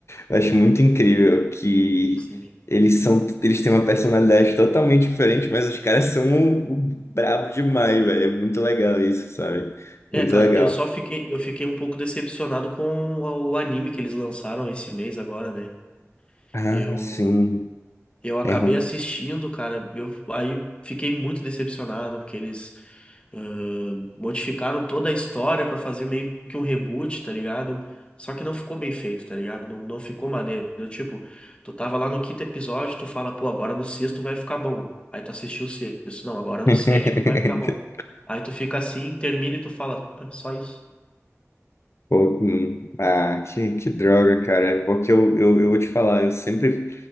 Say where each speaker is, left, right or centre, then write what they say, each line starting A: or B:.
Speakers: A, on the left; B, on the left.
A: eu acho muito incrível que
B: sim.
A: eles são, eles têm uma personalidade totalmente diferente, mas os caras são um- um brabo demais, velho. É muito legal isso, sabe? Muito
B: É, cara,
A: legal.
B: eu só fiquei, eu fiquei um pouco decepcionado com o o anime que eles lançaram esse mês agora, né?
A: Ah,
B: Eu.
A: sim.
B: Eu acabei
A: É ruim.
B: assistindo, cara. Eu aí fiquei muito decepcionado porque eles ah, modificaram toda a história pra fazer meio que um reboot, tá ligado? Só que não ficou bem feito, tá ligado? Não, não ficou maneiro. Tipo, tu tava lá no quinto episódio, tu fala, pô, agora no sexto vai ficar bom. Aí tu assistiu o sexto, não, agora no
A: <laughs>
B: sétimo vai ficar bom. Aí tu fica assim, termina e tu fala, "É só isso.
A: Pô, hum. Ah, que, que droga, cara. É Porque eu, eu, eu vou te falar, eu sempre